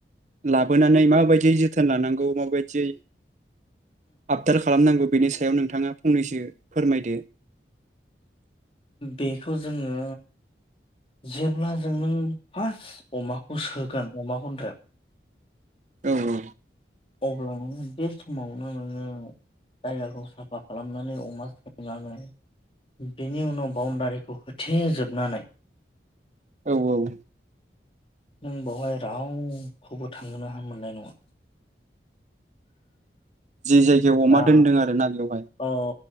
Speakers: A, on the right (about 40°); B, on the left (about 30°).
A: लाबोनानै माबायदियै जोथोन लानांगौ माबायदियै आबदाल खालामनांगौ बेनि सायाव नोंथाङा फंनैसो फोरमायदो
B: बेखौ जोङो जेब्ला जों नों फार्स्ट अमाखौ सोगोन अमा गन्द्रायाव
A: औ औ
B: अब्ला नोङो बे समावनो नोङो जायगाखौ साफा खालामनानै अमा सोंनानै बेनि उनाव बाउण्डारिखौ होथेजोबनानै
A: औ औ
B: नों बावहाय रावखौबो थांनो मोननाय नङा
A: जि जायगायाव अमा
B: दा
A: दोनदों आरोना बेवहाय
B: औ